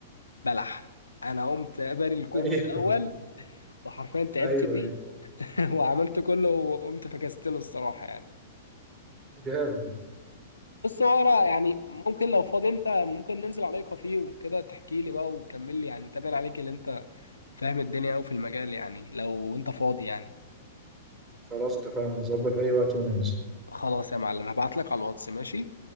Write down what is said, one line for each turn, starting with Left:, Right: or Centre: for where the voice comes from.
Left: بلح انا قمت بني الكود
Right: ايوه
Left: من الاول وحرفيا تعبت
Right: ايوه
Left: فيه
Right: ايوه
Left: <laughs> وعملت كله وقمت فكست له الصراحه يعني
Right: جامد ده.
Left: بص هو انا يعني ممكن لو فاضي انت ممكن ننزل عليك كافيه وكده تحكي لي بقى وتكمل لي يعني تابع عليك اللي انت فاهم الدنيا أوي في المجال يعني لو أنت فاضي يعني
Right: خلاص اتفقنا نظبط اي وقت وننزل
Left: خلاص يا معلم هبعتلك على الواتس ماشي